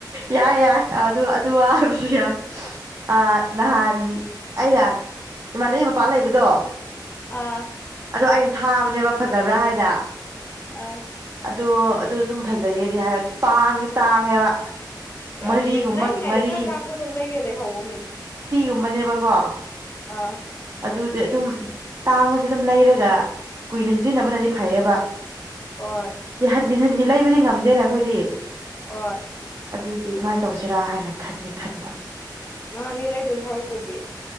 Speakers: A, on the right (about 40°); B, on the left (about 30°).
A: ꯌꯥꯏ ꯌꯥꯏ ꯑꯗꯨ ꯑꯗꯨ ꯋꯥ ꯍꯥꯏꯕꯁꯨ ꯌꯥꯏ ꯑ ꯅꯍꯥꯟ ꯑꯩꯅ ꯏꯃꯥꯟꯅꯕꯤ ꯃꯄꯥ ꯂꯩꯕꯗꯣ
B: ꯑꯥ
A: ꯑꯗꯣ ꯑꯩꯅ ꯊꯥꯕꯅꯦꯕ ꯐꯖꯕ꯭ꯔꯥ ꯍꯥꯏꯅ
B: ꯑ
A: ꯑꯗꯣ ꯑꯗꯨ ꯑꯗꯨꯝ ꯐꯖꯩꯌꯦꯗꯤ ꯍꯥꯏ ꯇꯥꯡꯗꯤ ꯇꯥꯡꯉꯦꯕ
B: ꯀꯌꯥ
A: ꯃꯔꯤꯒꯨꯝꯕꯒꯤ
B: ꯄꯤ ꯂꯩꯔꯤꯉꯩꯏꯗ
A: ꯃꯔꯤ
B: ꯈꯔ ꯇꯥꯡꯕꯗꯣ ꯗꯣꯝ ꯂꯩꯒꯦ ꯂꯩꯍꯧꯌꯣ ꯃꯦꯛ
A: ꯎꯝꯕꯅꯦꯕꯀꯣ
B: ꯑ
A: ꯑꯗꯨꯗꯤ ꯑꯗꯨꯝ ꯇꯥꯡꯕꯁꯦ ꯑꯗꯨꯝ ꯂꯩꯔꯒ ꯀꯨꯏꯅ ꯁꯤꯖꯤꯟꯅꯕꯅꯗꯤ ꯐꯩꯌꯦꯕ
B: ꯍꯣꯏ
A: ꯁꯤ ꯍꯟꯖꯤꯟ ꯍꯟꯖꯤꯟ ꯂꯩꯕꯗꯤ ꯉꯝꯗꯦꯅꯦ ꯑꯈꯣꯏꯗꯤ
B: ꯑꯣꯏ
A: ꯑꯗꯨꯒꯤ ꯑꯗꯨꯃꯥꯏꯟ ꯇꯧꯁꯤꯔꯥ ꯍꯥꯏꯅ ꯈꯟꯗꯤ ꯈꯟꯕ
B: ꯅꯪ ꯑꯅꯤ ꯂꯩꯗꯣꯏ ꯁꯔꯨꯛꯄꯨꯗꯤ